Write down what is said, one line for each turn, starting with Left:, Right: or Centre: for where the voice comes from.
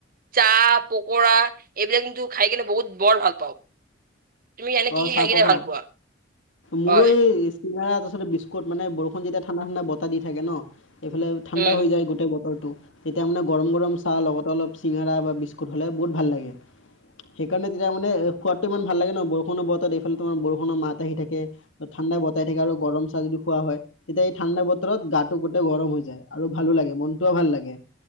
Right: চাহ পকৰা এইবিলাক কিন্তু খাই কিনে বহুত বৰ ভাল পাওঁ তুমি এনে
Left: অ
Right: কি কি
Left: চাহ
Right: খাই
Left: পকৰা
Right: কিনে ভাল পোৱা।
Left: মোৰো
Right: হয়
Left: এই চিঙৰা তাচত বিস্কুট মানে বৰষুণ যেতিয়া ঠাণ্ডা ঠাণ্ডা বতাহ দি থাকে ন এইফালে ঠাণ্ডা
Right: উম
Left: হৈ যায় গোটেই ব তেতিয়া মানে গৰম গৰম চাহ লগতে অলপ চিঙৰা বা বিস্কুট হ'লে বহুত ভাল লাগে। সেইকাৰণে তেতিয়া মানে খোৱাতটো ইমান ভাল লাগে ন বৰষুণৰ বতৰ এইফালে তোমাৰ বৰষুণৰ মাত। আহি থাকে ঠাণ্ডা বতাই থাকে আৰু গৰম চাহ যদি খোৱা হয় তেতিয়া এই ঠাণ্ডা বতৰত গাটো গোটেই গৰম হৈ আৰু ভালো লাগে মনটোও ভাল লাগে।